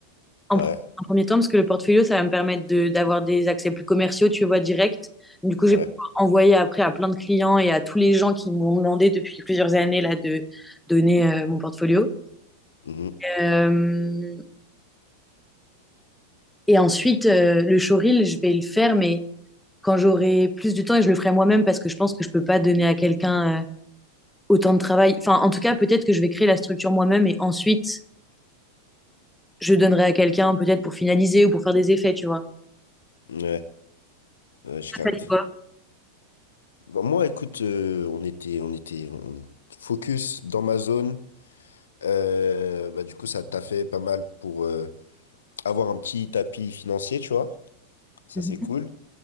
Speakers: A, in the centre; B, on the left.
A: En,
B: Ouais,
A: pre- en premier temps, parce que le portfolio, ça va me permettre de- d'avoir des accès plus commerciaux, tu vois, direct. Du coup, je
B: ouais,
A: vais pouvoir envoyer après à plein de clients et à tous les gens qui m'ont demandé depuis plusieurs années là, de donner euh, mon portfolio.
B: mhm,
A: Euh, et ensuite, euh, le showreel, je vais le faire, mais quand j'aurai plus du temps, et je le ferai moi-même parce que je pense que je peux pas donner à quelqu'un euh, autant de travail. Enfin, en tout cas, peut-être que je vais créer la structure moi-même et ensuite, je donnerai à quelqu'un peut-être pour finaliser ou pour faire des effets, tu vois.
B: ouais, ouais, je capte.
A: C'est quoi?
B: Bon, moi, écoute, euh, on était, on était on- focus dans ma zone. Euh, bah, du coup, ça t'a fait pas mal pour euh, avoir un petit tapis financier, tu vois. Ça,
A: Mhm.
B: c'est cool.